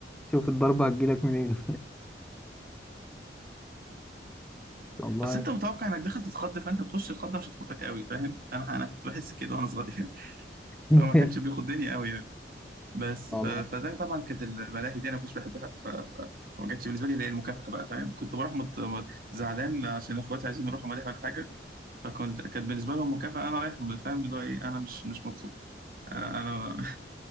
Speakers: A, in the centre; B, on the right.
A: شوف الضربة هتجيلك منين والله
B: بس انت متوقع انك داخل تتخض فانت تخش الخضه مش هتخضك قوي فاهم انا انا كنت بحس كده وانا صغير <laughs>
A: <laughs>
B: فهو ما كانش بياخد دنيا قوي يعني بس
A: والله
B: ف... فده طبعا كانت الملاهي دي انا ما كنتش بحبها ف... ف... ما كانتش بالنسبه لي اللي هي المكافاه بقى فاهم كنت بروح مت... مت- زعلان عشان اخواتي عايزين يروحوا ملاهي ولا حاجه فكنت كانت بالنسبه لهم مكافاه انا رايح م- فاهم اللي هو ايه انا مش مش مبسوط انا انا